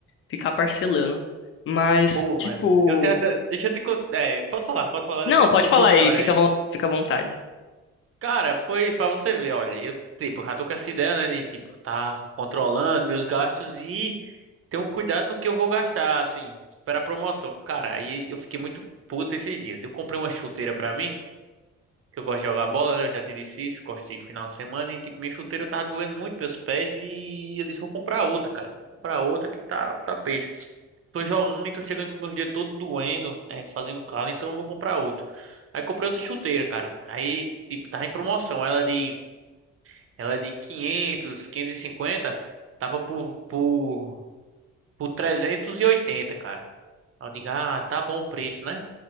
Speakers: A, on the left; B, on the right.
A: ficar parcelando. Mas,
B: Pô,
A: tipo.
B: velho. Eu tenho até. Deixa eu te contar. É, pode falar, pode falar, depois
A: Não,
B: eu
A: pode
B: te contar
A: falar
B: a história
A: aí, fica,
B: aí.
A: à von- fica à vontade.
B: Cara, foi pra você ver, olha. Eu, tipo, já tô com essa ideia, né, de, tipo, tá controlando meus gastos e ter um cuidado no que eu vou gastar, assim, para a promoção. Cara, aí eu fiquei muito puto esses dias. Eu comprei uma chuteira pra mim. que eu gosto de jogar bola, né? Eu já te disse isso, gosto de final de semana e tipo, minha chuteira tava doendo muito meus pés e eu disse, vou comprar outra, cara. Vou comprar outra que tá tá peixe. Tô jogando e tô chegando com meus dedos todo doendo, né, fazendo calo, então eu vou comprar outro. Aí comprei outra chuteira, cara. Aí, tipo, tava em promoção, ela é de ela é de 500, 550, tava por por por 380, cara. Aí eu digo, ah, tá bom o preço, né?